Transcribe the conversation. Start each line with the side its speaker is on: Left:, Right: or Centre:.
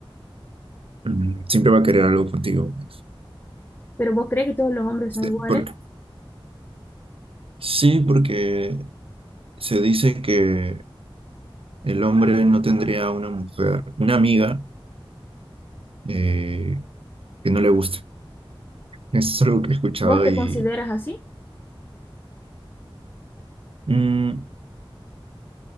Right: mm, siempre va a querer algo contigo. pues.
Left: Pero vos crees que todos los hombres
Right: Sí,
Left: son iguales.
Right: Porque, sí, porque se dice que el hombre no tendría una mujer, una amiga eh, que no le guste. Eso es algo que he escuchado
Left: ¿Vos te
Right: y...
Left: consideras así?
Right: Mm,